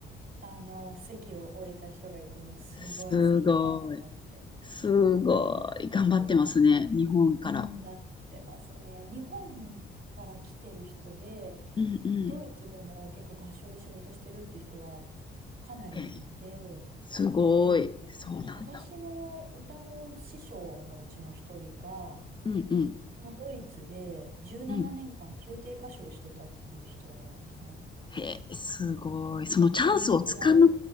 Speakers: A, on the right; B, on the left.
A: あの席を置いた人がいて、もうすごいさすがと思って
B: すごい。すごい。
A: 思うんで
B: 頑張ってますね。
A: すけど、
B: 日本から。
A: 頑張ってますね。日本から来てる人で、
B: うんうん。
A: ドイツでも結構合唱で仕事してるって人はかなりいて、
B: へえ、すごい。
A: で
B: そうなんだ。
A: 私の歌の師匠のうちの一人が、
B: うんうん
A: このドイツで17年間宮廷歌手をしてたっていう人なんですね。
B: うん。へえ、すごい。そのチャンスをつかむ、
A: うん、憧れ。